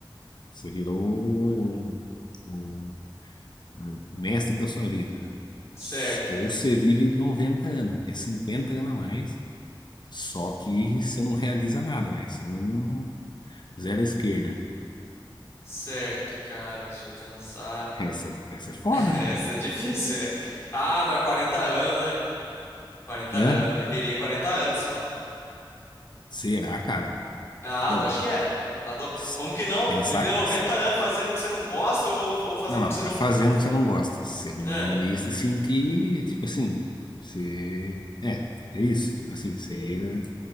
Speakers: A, on the left; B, on the left.
A: Você virou o, o- o mestre da sua vida. né?
B: Certo.
A: Ou você vive 90 anos, que é 50 anos a mais, só que você não realiza nada, velho. Você é um zero à esquerda.
B: Certo, cara, deixa eu pensar.
A: Essa, é, essa é
B: <laughs>
A: foda,
B: Essa
A: velho.
B: é difícil, é. Ah, mas 40 anos, né? quarenta
A: Né?
B: anos, viveria 40 anos só.
A: Será, cara?
B: Ah,
A: Ô,
B: lógico
A: louco.
B: que é. Tá do...
A: S-
B: Como que não?
A: Pensar,
B: Viver 90
A: você
B: anos fazendo o que você não gosta ou, ou fazendo
A: Não, não,
B: o que você
A: não
B: não
A: é fazendo
B: pode.
A: o que você não gosta. Você não
B: Ah.
A: ia se sentir, tipo assim, você... É, é isso. Tipo assim, você,